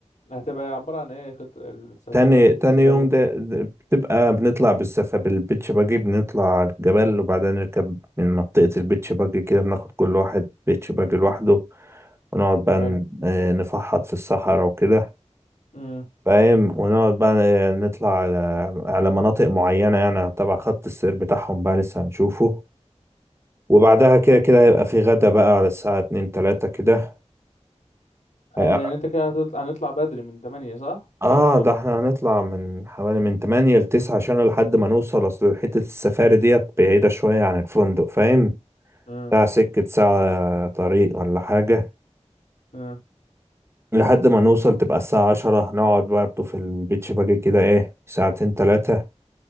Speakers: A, on the left; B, on the right.
A: هتبقى عباره عن ايه خط السف...
B: تاني
A: السفاري
B: تاني يوم
A: دي
B: ده, ده بتبقى بنطلع بالسفا بالبيتش باجي بنطلع على الجبل وبعدين نركب من منطقة البيتش باجي كده بناخد كل واحد بيتش باجي لوحده ونقعد بقى
A: حلو
B: ن- آه، نفحط في الصحراء وكده
A: امم
B: فاهم ونقعد بقى نطلع على على مناطق معينة يعني تبع خط السير بتاعهم بقى لسه هنشوفه وبعدها كده كده هيبقى في غدا بقى على الساعة اتنين تلاتة كده
A: حلو،
B: هي-
A: يعني انت كده هتط- هنطلع بدري من 8 صح؟
B: اه
A: 8 الصبح
B: ده احنا هنطلع من حوالي من تمانية لتسعة عشان لحد ما نوصل اصل حتة السفاري ديت بعيدة شوية عن الفندق فاهم
A: امم
B: ده سكة ساعة طريق ولا حاجة
A: امم
B: لحد ما نوصل تبقى الساعة عشرة نقعد برضه في البيتش باجي كده ايه ساعتين تلاتة